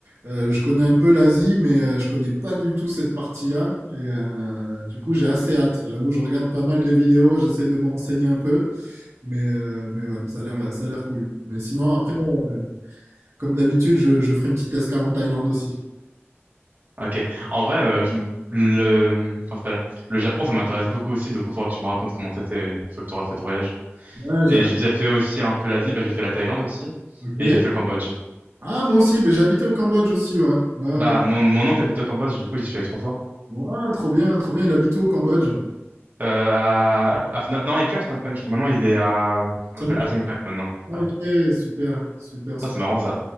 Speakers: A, on the right (about 75°); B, on the right (about 40°).
A: Euh, je connais un peu l'Asie, mais euh, je connais pas du tout cette partie-là. Et euh, du coup, j'ai assez hâte. J'avoue, je regarde pas mal de vidéos, j'essaie de me renseigner un peu. Mais, euh, mais ouais, ça a l'air, ça a l'air cool. Mais sinon, après, euh, comme d'habitude, je, je ferai une petite escale en Thaïlande aussi.
B: Ok, en vrai, euh, je m- le... comment ça s'appelle Le Japon ça m'intéresse beaucoup aussi, donc il faudra que tu me racontes comment c'était une fois que tu auras fait ton voyage.
A: Ouais,
B: Et
A: j'hab-
B: j'ai déjà fait aussi un peu l'Asie, bah j'ai fait la Thaïlande aussi,
A: Ok.
B: et j'ai fait le Cambodge.
A: Ah, moi aussi, ben, j'ai habité au Cambodge aussi, ouais. Ouais,
B: Bah,
A: ouais.
B: mon, mon oncle habite au Cambodge, du coup, j'y suis allé trois fois.
A: Ouais, trop bien, trop bien, il habite où au Cambodge?
B: Euh, à, à Phnom- Non, il est plus à Phnom Penh, je crois. Maintenant, il est à, euh, qu'on
A: T'aimerais?
B: appelle à Siem Reap maintenant.
A: Ok,
B: Ouais.
A: super, super, super.
B: Ça, c'est marrant, ça.